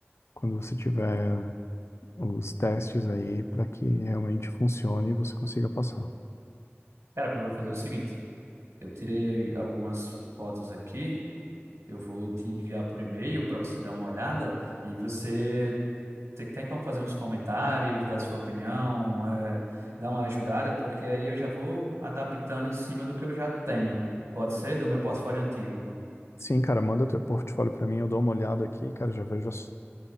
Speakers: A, on the left; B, on the right.
A: quando você tiver os testes aí, pra que realmente funcione e você consiga passar.
B: Cara, eu vou fazer o seguinte: eu tirei aí algumas fotos aqui, eu vou te enviar por e-mail para você dar uma olhada e você te- tem como fazer uns comentários, dar sua opinião, é, dar uma ajudada, porque aí eu já vou adaptando em cima do que eu já tenho. Pode ser do meu portfólio antigo.
A: Sim, cara, manda teu portfólio pra mim, eu dou uma olhada aqui, cara, já vejo as